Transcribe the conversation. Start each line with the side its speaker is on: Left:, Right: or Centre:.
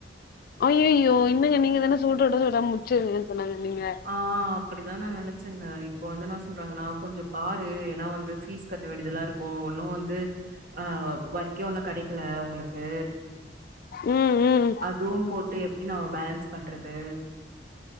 Left: அய்யய்யோ என்னங்க நீங்க தானே சூட்டோட சூடா முச்சுருங்கன்னு சொன்னாங்கன் நீங்க
Right: ஆ அப்டிதா நா நெனச்சேங்க இப்ப வந்து நா சொல்றாங்கன்னா கொஞ்ச பாரு ஏனா வந்து பீஸ் கட்ட வேண்டியதெல்லா இருக் கும் ஒன்னு வந்து ஆ ஓர்க்கே ஒன்னு கடைக்கல உங்களுக்கு
Left: ம் ம்
Right: அதுவு போட்டு எப்டி நம்ப பேலன்ஸ் பண்றது